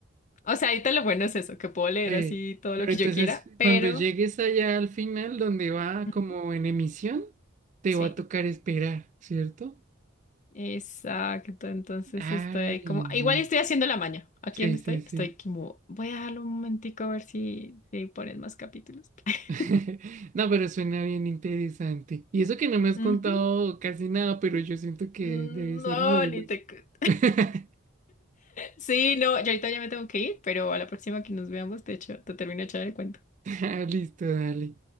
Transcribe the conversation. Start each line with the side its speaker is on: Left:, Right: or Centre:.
Left: O sea, ahorita lo bueno es eso, que puedo leer
Right: Eh,
Left: así todo
Right: pero
Left: lo que
Right: entonces,
Left: yo quiera, pero...
Right: cuando llegues allá al final, donde va
Left: ujú,
Right: como en emisión, te
Left: Sí.
Right: va a tocar esperar, ¿cierto?
Left: Exacto, entonces
Right: Ay,
Left: estoy ahí como,
Right: no.
Left: igual estoy haciendo la maña. ¿Aquí
Right: Sí,
Left: donde
Right: sí,
Left: estoy?
Right: sí.
Left: Estoy como, voy a dejarlo un momentico a ver si, si ponen más capítulos. <laughs>
Right: <laughs> No, pero suena bien interesante. Y eso que no me has
Left: Ujú.
Right: contado casi nada, pero yo siento que
Left: Mm,
Right: debe ser
Left: No,
Right: muy bueno.
Left: ni te... cu-
Right: <laughs>
Left: Sí, no, yo ahorita ya me tengo que ir, pero a la próxima que nos veamos, de hecho, te termino de echar el cuento.
Right: Ah, Listo, dale.